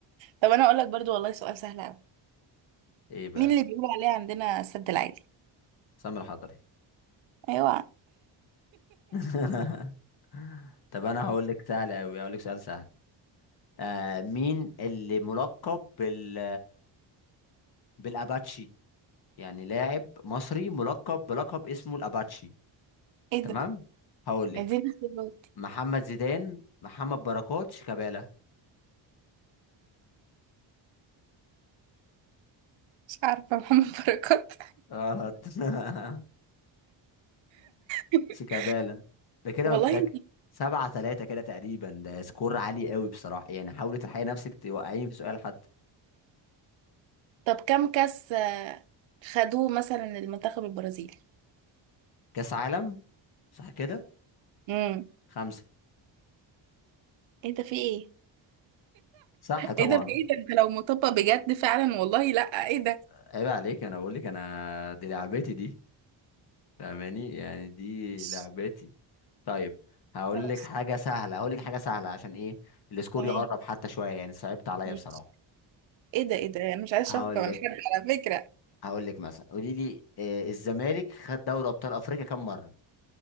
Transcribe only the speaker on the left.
إيه بقى
سمر حضري
<laughs> طب أنا هقول لك سهل أوي هقول لك سؤال سهل آه مين اللي ملقب بال بالأباتشي يعني لاعب مصري ملقب بلقب اسمه الأباتشي
تمام
هقول لك
محمد زيدان محمد بركات شيكابالا
غلط <laughs>
شيكابالا ده كده
مب- ده ك- سبعة تلاتة كده تقريبا ده سكور عالي قوي بصراحة يعني حاولي تلحقي نفسك توقعيني في سؤال حتى
كاس عالم صح كده
خمسة
صح طبعا
عيب عليك انا بقول لك انا دي لعبتي دي فاهماني يعني دي
لعبتي طيب هقول
لك حاجة سهلة هقول لك حاجة سهلة عشان ايه السكور
يقرب حتى شوية يعني صعبت عليا
بصراحة
هقول
لك
هقول لك مثلا قولي لي آه، الزمالك خد دوري ابطال افريقيا كم مرة